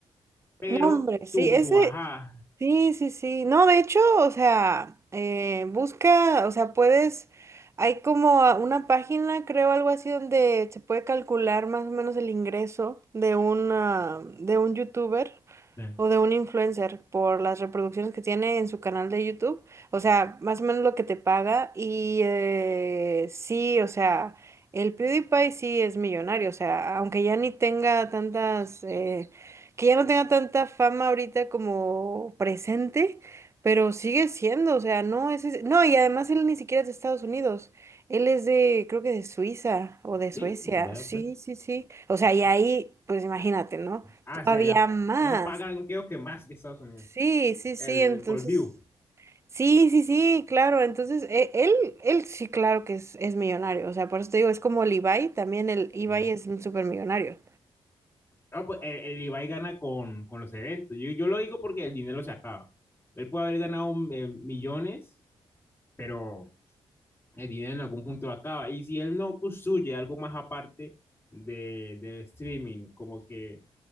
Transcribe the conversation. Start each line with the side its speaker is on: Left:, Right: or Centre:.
Left: pero
Right: No, hombre, sí,
Left: tuvo
Right: ese,
Left: su bajada.
Right: sí, sí, sí. No, de hecho, o sea, eh, busca, o sea, puedes, hay como a- una página, creo, algo así, donde se puede calcular más o menos el ingreso de una, de un youtuber.
Left: Sí,
Right: o de un influencer por las reproducciones que tiene en su canal de YouTube. O sea, más o menos lo que te paga. Y eh, sí, o sea, el PewDiePie sí es millonario. O sea, aunque ya ni tenga tantas, eh, que ya no tenga tanta fama ahorita como presente, pero sigue siendo, o sea, no es, ese- no, y además él ni siquiera es de Estados Unidos. Él es de, creo que de Suiza o de
Left: Sí,
Right: Suecia.
Left: vea
Right: Sí,
Left: pues.
Right: sí, sí. O sea,
Left: vea,
Right: y
Left: pues.
Right: ahí, pues imagínate, ¿no?
Left: Ah,
Right: Todavía
Left: sí, allá,
Right: más.
Left: allá pagan creo que más que Estados Unidos,
Right: Sí, sí,
Left: el
Right: sí, entonces,
Left: por view.
Right: sí, sí, sí, claro, entonces, e- él, él sí, claro que es, es millonario, o sea, por eso te digo, es como el Ibai, también el Ibai
Left: Sí.
Right: es un súper millonario.
Left: No, pues el, el Ibai gana con, con los eventos. Yo, yo lo digo porque el dinero se acaba. Él puede haber ganado eh, millones, pero el dinero en algún punto acaba. Y si él no construye algo más aparte de, del streaming, como que